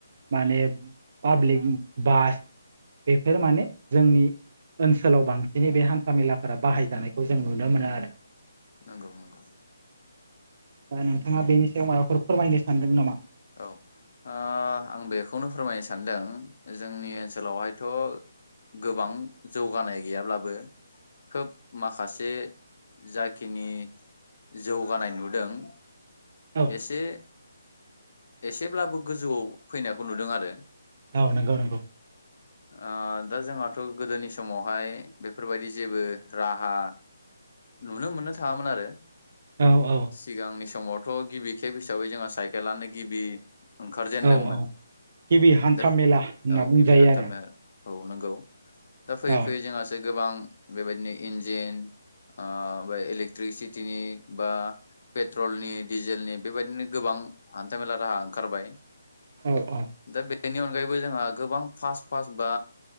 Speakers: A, on the right; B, on the left.
A: माने पाब्लिक बास बेफोर माने जोंनि ओनसोलाव बांसिनै बे हान्था मेलाफोरा बाहायजानायखौ जों नुनो मोनो आरो।
B: नंगौ नंगौ।
A: दा नोंथाङा बेनि सायाव माबाफोर फोरमायनो सानदों नामा?
B: औ। ओ आं बेखौनो फोरमायनो सानदों जोंनि ओनसोलावहायथ'। गोबां जौगानाय गैयाब्लाबो खोब माखासे जाखिनि जौगानाय नुदों
A: औ
B: एसे एसेब्लाबो गोजौआव फैनायखौ नुदों आरो।
A: औ नंगौ नंगौ।
B: ओ दा जोंहाथ' गोदोनि समावहाय बेफोरबायदि जेबो राहा नुनो मोननो थाङामोन आरो।
A: औ औ
B: सिगांनि समावथ' गिबि खेब हिसाबै जोंहा साइकेलानो गिबि ओंखारजेेनदोंमोन।
A: औ औ गिबि हान्था
B: औ
A: मेला होनना बुंजायो
B: गिबि हान्था
A: आरो
B: औ नंगौ दा फैयै-फैयै
A: औ
B: जोंहासो गोबां बेबायदिनो इन्जिन ओ इलेक्ट्रिसिटिनि बा पेट्रलनि दिडिजेलनि बेबायदिनो गोबां हान्थ मेला राहा ओंखारबाय।
A: औ औ
B: दा बेनि अनगायैबो जोंहा गोबां फास्ट फास्ट बा